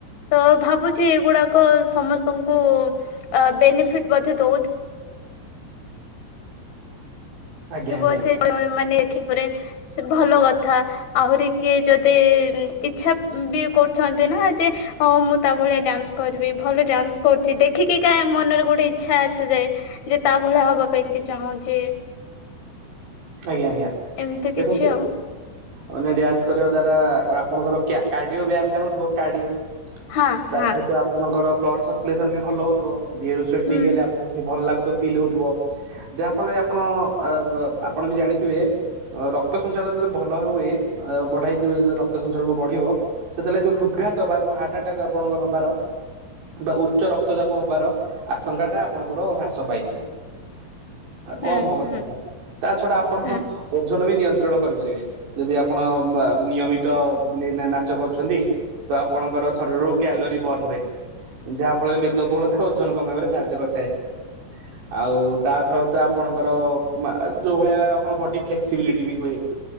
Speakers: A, on the left; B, on the right.
A: ତ ଭାବୁଛି ଏଗୁଡାକ ସମସ୍ତଙ୍କୁ ବେନିଫିଟ ମଧ୍ୟ ଦଉ
B: ଆଜ୍ଞା
A: ଥିବ
B: ଆଜ୍ଞା
A: ଯେ ଏମାନେ ଦେଖ ପରେ ଭଲ କଥା। ଆହୁରି କିଏ ଯଦି ଇଚ୍ଛା ବି କରୁଛନ୍ତି ନା ଯେ ହଁ ମୁଁ ତା ଭଳିଆ ଡ୍ୟାନ୍ସ କରିବି ଭଲ ଡ୍ୟାନ୍ସ କରୁଛି ଦେଖିକି କା ମନରେ ଗୋଟେ ଇଚ୍ଛା ଆସି ଯାଏ। ଯେ ତା ଭଳିଆ ହବା ପାଇଁ କି ଚାହୁଁଛେ।
B: ଆଜ୍ଞା ଆଜ୍ଞା
A: ଏମିତି କିଛି
B: ଦେଖନ୍ତୁ
A: ଆଉ
B: ମାନେ ଡ୍ୟାନ୍ସ କରିବା ଦ୍ଵାରା ଆପଣଙ୍କର କାର୍ଡିଓ ବ୍ୟାୟାମ ଟା ହଉଥିବ କାଡିଉ।
A: ହଁ
B: ତା
A: ହଁ
B: ସହିତ ଆପଣଙ୍କର ବ୍ଲଡ ସରକୁଲେସନ ବି ଭଲ ହଉଥିବି ଦେହରୁ ସ୍ଵତିଂ
A: ହୁଁ
B: ହେଲେ ଭଲ ଲାଗୁଥ ଫିଲ୍ ହଉଥିବ ଯାହା ଫଳରେ ଆପଣ ଆପଣ ବି ଜାଣିଥିବେ ରକ୍ତ ସଞ୍ଚାଳନ ଯଦି ଭଲ ହୁଏ ବଢେଇ ଦିବ ଯେତେବେଳେ ରକ୍ତ ସଂଞ୍ଚାଳନ ବଢିବ। ସେତେବେଳେ ଯୋଉ ହୃଦ୍ଘାତ ବା ଯୋଉ ହାଟଟାକ ଆପଣଙ୍କର ହବାର ବା ଉଚ୍ଚ ରକ୍ତଚାପ ହବାର ଆଶଙ୍କାଟା ଆପଣଙ୍କର ହ୍ରାସ ପାଇଯିବ। କମ
A: ହୁଁ
B: ହବ
A: ହୁଁ
B: ସେଟା ତା ଛଡା ଆପଣ
A: ହୁଁ
B: ଓଜନ ବି ନିୟନ୍ତ୍ରଣ କରିପାରିବେ ଯଦି ଆପଣ ନିୟମିତ ଦ ନାଚ କରୁଛନ୍ତି। ତ ଆପଣଙ୍କର ଶରୀରରୁ କ୍ୟାଲୋରିୀ ବର୍ଣ୍ଣ ହୁଏ। ଯାହା ଫଳରେ ମେଦବହୁଳଥା ଓଜନ କମାଇବାରେ ସାହାଯ୍ୟ କରିଥାଏ। ଆଉ ତା ସହିତ ଆପଣଙ୍କର ମା ଆ ଯୋଉ ଭଳିଆ ଆପଣ ବଡି ଫ୍ଲେକ୍ସିବିଲିଟି ବି ହୁଏ।